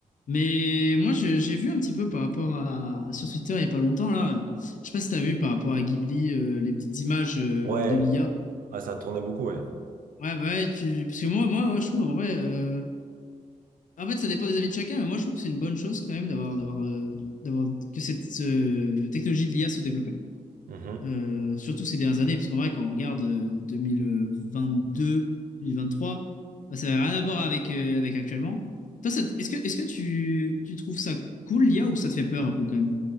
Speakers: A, on the left (about 65°); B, on the right (about 80°).
A: Mais moi, je- j'ai vu un petit peu par rapport à sur Twitter il y a pas longtemps là. euh, Je sais pas si t'as vu par rapport à Ghibli euh, les petites images euh,
B: Ouais,
A: de l'IA.
B: ah, ça tournait beaucoup, ouais.
A: Ouais, bah ouais, tu... parce que moi, moi, ouais, je trouve en vrai. euh, En fait, ça dépend des avis de chacun, mais moi, je trouve que c'est une bonne chose quand même d'avoir, d'avoir, euh, d'avoir que cette euh, technologie de l'IA soit développée
B: Mhm.
A: euh, surtout ces dernières années, parce qu'en vrai, quand on regarde euh, 2022, 2023, bah, ça n'a rien à voir avec, euh, avec actuellement. Toi, ça te- est-ce que, est-ce que tu, tu trouves ça cool, l'IA, ou ça te fait peur un peu quand même?